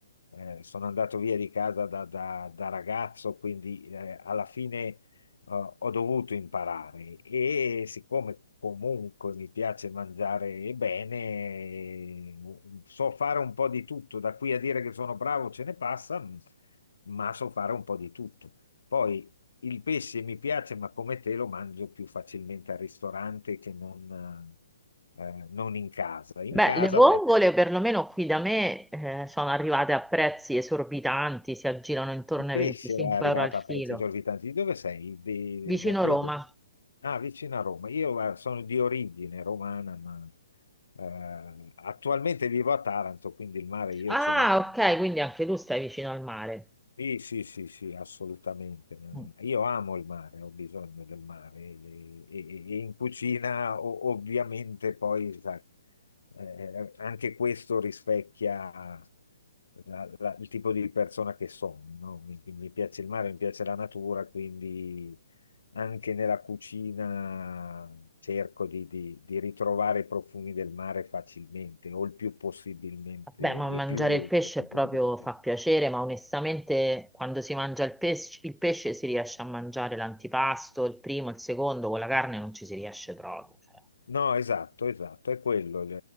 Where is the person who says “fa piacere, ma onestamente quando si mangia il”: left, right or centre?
Centre